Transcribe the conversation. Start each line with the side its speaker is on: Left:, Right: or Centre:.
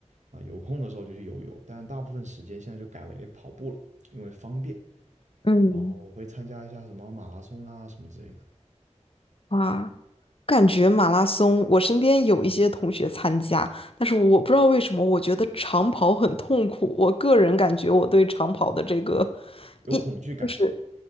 Right: 啊、呃有空的时候就去游泳，但大部分时间现在就改为跑步了，因为方便。
Left: 嗯。
Right: 然后我会参加一下什么马拉松啊什么之类的。
Left: 哇。感觉马拉松，我身边有一些同学参加，但是我不知道为什么，我觉得长跑很痛苦。我个人感觉我对长跑的这个
Right: 有恐惧感是吧？
Left: 一就是